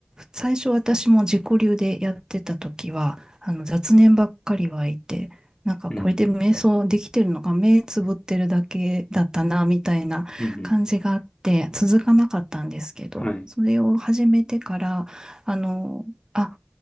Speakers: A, on the right; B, on the left.
A: 最初私も自己流でやってた時は、あの、雑念ばっかり湧いて、なんかこれで瞑想できてるのか、
B: うん。うん。
A: 目つぶってるだけだったな、みたいな感じがあって、
B: うんう
A: 続かなかったんですけど、
B: ん。はい。
A: それを始めてから、あの、あ